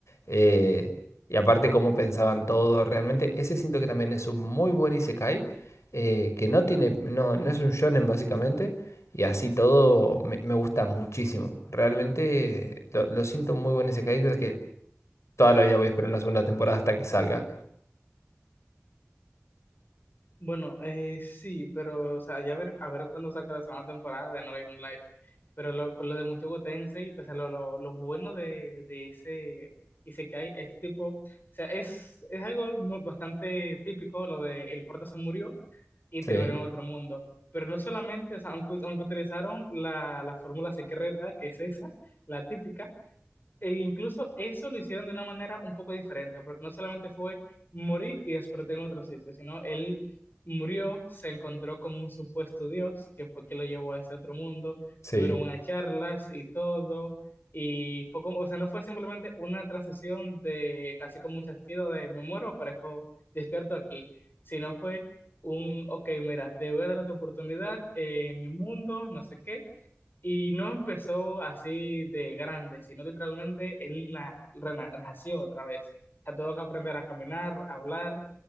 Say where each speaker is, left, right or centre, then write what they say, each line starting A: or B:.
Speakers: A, on the left; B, on the left.
A: Eh, y aparte cómo pensaban todo, realmente ese siento que también es un muy buen isekai, eh, que no tiene, no, no es un shonen básicamente y así todo me, me gusta muchísimo. Realmente lo, lo siento muy bueno ese Hyder que toda la vida voy a esperar una segunda temporada hasta que salga.
B: Bueno, eh, sí, pero, o sea, ya a ver, a ver cuándo saca la segunda temporada de No Game No Life. Pero lo, con lo de Mucho Gotense, o sea, lo, lo, lo bueno de, de ese Isekai es tipo, o sea, es, es algo no- bastante típico, lo de el prota se murió y
A: Sí,
B: terminó en otro mundo. Pero no solamente, o sea, aunque, aunque utilizaron la, la fórmula secreta, que es esa, la típica, E incluso eso lo hicieron de una manera un poco diferente, porque no solamente fue morir y despertó en otro sitio, sino él murió, se encontró con un supuesto Dios, que fue que lo llevó a ese otro mundo,
A: sí.
B: tuvieron unas charlas y todo, y fue como, o sea, no fue simplemente una transición de casi como un chasquido de me muero, aparezco despierto aquí, sino fue un, ok, mira, te voy a dar otra oportunidad eh, en mi mundo, no sé qué y no empezó así de grande, sino literalmente él na- rena- nació otra vez. O sea, tuvo que aprender a caminar, a hablar